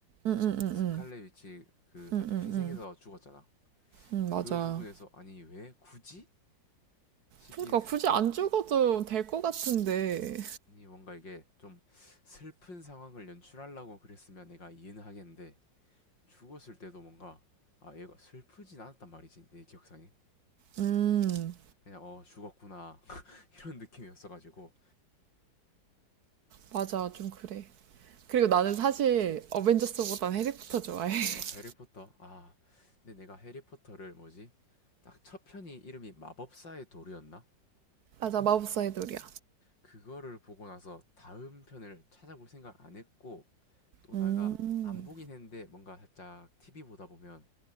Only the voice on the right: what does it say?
응응응응.
응응응.
응 맞아.
그러니까 굳이 안 죽어도 될 것 같은데.
음.
맞아 좀 그래. 그리고 나는 사실 어벤져스보단 해리포터 좋아해. <laughs>
맞아 마법사의 돌이야.
음.